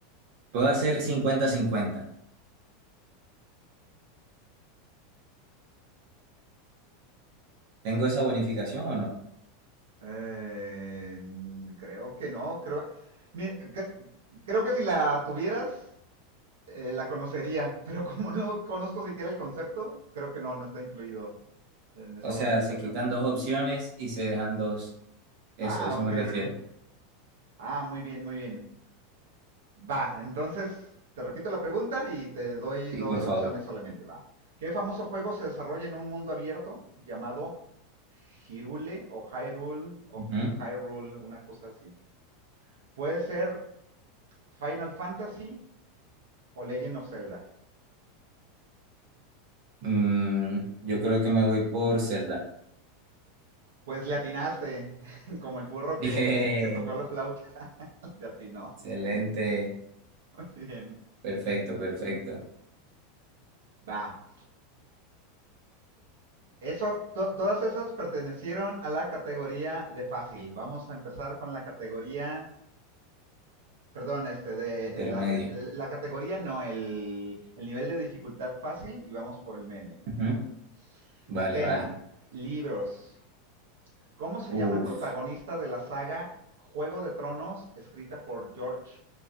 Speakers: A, on the right; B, on the right.
A: ¿puedo hacer 50-50? ¿Tengo esa bonificación o no?
B: Eh, creo que no, creo, mi- cre- creo que si la tuvieras, eh, la conocería, <laughs> pero como no conozco siquiera el concepto, creo que no, no está incluido en esa
A: O sea,
B: bonificación.
A: se quitan dos opciones y se dejan dos. Eso,
B: Ah,
A: eso
B: ok.
A: me refiero.
B: Ah, muy bien, muy bien. Va, entonces te repito la pregunta y te doy
A: Y
B: dos
A: por favor.
B: opciones solamente. Va. ¿Qué famoso juego se desarrolla en un mundo abierto llamado Hyrule o Hyrule o
A: Ujú.
B: Hyrule, una cosa así? Puede ser Final Fantasy o Legend of Zelda.
A: Mm, yo creo que me voy por Zelda.
B: Pues le atinaste, <laughs> como el burro
A: <laughs> Bien.
B: que, que tocó la flauta, <laughs> le atinó.
A: Excelente.
B: Bien.
A: Perfecto, perfecto.
B: Va. Eso, to- todas esas pertenecieron a la categoría de fácil. Vamos a empezar con la categoría Perdón, este, de
A: Intermedia.
B: eh, la, de la categoría no, el, el nivel de dificultad fácil y vamos por el medio
A: Ujú.
B: ahora.
A: Vale,
B: Tema,
A: vale.
B: libros. ¿Cómo se
A: Uf.
B: llama el protagonista de la saga Juego de Tronos escrita por George